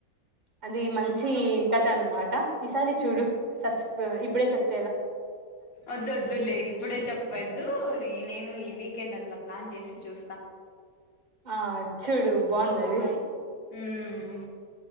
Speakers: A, on the right (about 35°); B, on the left (about 80°).
A: అది మంచి కథ అనమాట ఈసారి చూడు సస్ ఇప్పుడే చెప్
B: ఒద్దు ఒద్దు లే ఇప్పుడే చెప్పద్దు ఈ నేను ఈ వీకెండ్ అట్లా ప్లాన్ చేసి చూస్తా
A: ఆ చూడు బాగుంది అది
B: మ్